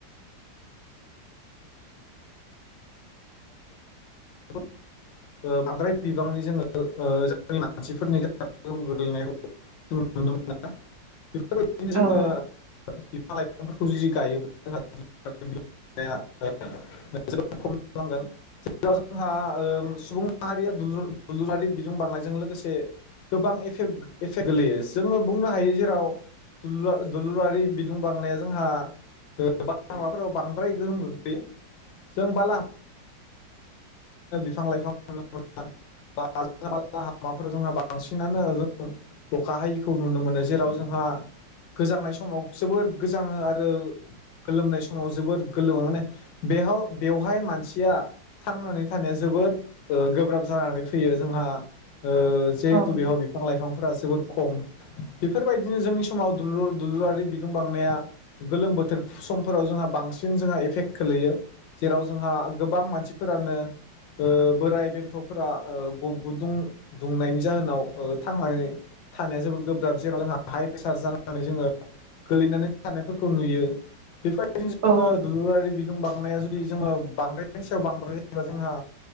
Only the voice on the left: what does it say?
<unintelligible> ओ बांद्राय बिबांनि जोङो ओजोंनि मानसिफोरनि गेजाव गोहोम गोग्लैनायखौ जों नुनो मोनो । बेफोरबायदिनो
जोङो बिफां लाइफ <unintelligible> जोबनायाव जोंहा ओ सुबुं माहारिया दुलुर दुलुरारि बिदुं बांनायजों लोगोसे गोबां एफेक्ट एफेक्ट गोलैयो जोङो बुंनो हायो जेराव दुलु दलुरारि बिदुं बांनाया जोंहा माबाफोराव बांद्राय गोहोम गोग्लैयो जों बालाहामा <unintelligible> बिफां लाइफां नुनो मोना <unintelligible> जोंहा बांसिनानो जों अखा हायिखौ नुनो मोनो जेराव जोंहा गोजांनाय समाव जोबोर गोजाङो आरो गोलोमनाय समाव जोबोर गोलोमो माने बेहाव बेवहाय मानसिया थांनानै थानाया जोबोद ओ गोब्राब जानानै फैयो जोंहा। ओ जिहेथु
बेहाव बिफां लाइफांफोरा जोबोद ख खम बेफोरबायदिनो जोंनि समाव दुलुर दुलुरारि बिदुं बांनाया गोलोम बोथोर समफोराव जोंहा बांसिन जोंहा एफेक्ट खोलैयो जेराव जोंहा गोबां मानसिफोरानो ओ बोराय बेन्थ'फोरा ओ ग-गुदुं दुंनायनि जाहोनाव ओ थांनानै थानाया जोबोद गोब्राब जेराव जोंहा हाइ प्रेसार जानानै जोङो गोलैनानै थानायफोरखौ नुयो । बेफोरबायदिनो जोङो
दुलुरारि बिदुं बांनाया जु दि जोङो बांद्रायनायनि सायाव बांद्राय जायोबा जोंहा